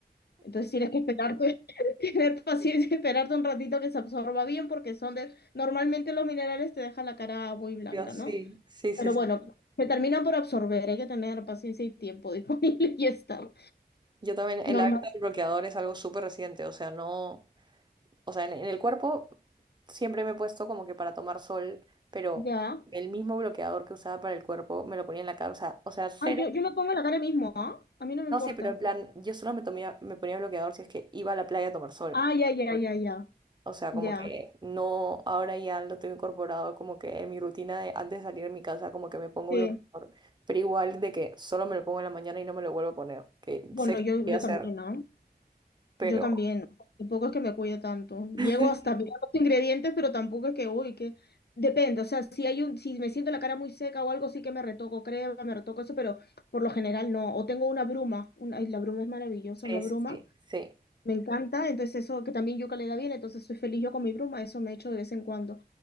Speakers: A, on the left (about 75°); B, on the right (about 25°).
A: Entonces tienes que esperarte, <laughs> tener paciencia, esperarte un ratito que se absorba bien, porque son de, normalmente los minerales te dejan la cara muy blanca,
B: Yo sí,
A: ¿no?
B: sí, sí,
A: Pero
B: sí.
A: bueno, se terminan por absorber, hay que tener paciencia y tiempo disponible <laughs> y ya está.
B: Yo también, el
A: Normal,
B: hábito del bloqueador es algo súper reciente, o sea, no, o sea, en, en el cuerpo siempre me he puesto como que para tomar sol, pero
A: ya.
B: el mismo bloqueador que usaba para el cuerpo me lo ponía en la cara, o sea, o sea, cero,
A: Ay, yo, yo me pongo la cara mismo, ¿ah? A mí no me
B: no,
A: importa.
B: sí, pero en plan, yo solo me tomía, me ponía bloqueador si es que iba a la playa a tomar sol.
A: Ah, ya, ya, ya, ya,
B: O sea,
A: ya.
B: como que no, ahora ya lo tengo incorporado como que en mi rutina de antes de salir de mi casa, como que me pongo
A: Sí.
B: bloqueador, pero igual de que solo me lo pongo en la mañana y no me lo vuelvo a poner, que
A: Bueno,
B: sé que
A: yo,
B: lo voy
A: yo
B: a hacer,
A: también, ¿no?
B: pero
A: Yo también. Tampoco es que me cuide tanto. Diego
B: <laughs>
A: hasta mirar los ingredientes, pero tampoco es que, uy, que... Depende, o sea, si hay un, si me siento la cara muy seca o algo, sí que me retoco crema, me retoco eso, pero por lo general no. O tengo una bruma, una, ay, la bruma es maravillosa,
B: sí,
A: una bruma,
B: sí, sí,
A: me encanta, entonces eso que también yuca le da bien, entonces soy feliz yo con mi bruma, eso me echo de vez en cuando.